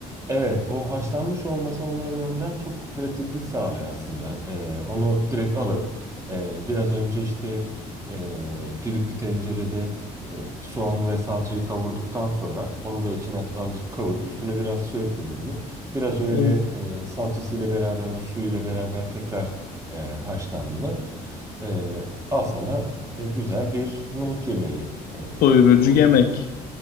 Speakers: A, on the right; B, on the left.
A: Evet, o haşlanmış olması onların önden çok pratiklik sağlıyor aslında. Ee, onu direkt alıp e, biraz önce işte e, düdüklü tencerede e, soğan ve salçayı kavurduktan sonra onu da içine atıp azıcık kavurup üstüne biraz su ekledin mi? Biraz öyle
B: Evet.
A: e, salçasıyla beraber o suyuyla beraber tekrar e, haşlandı mı? E, al sana e, güzel bir nohut yemeği e,
B: Doyurucu
A: ortaya.
B: yemek.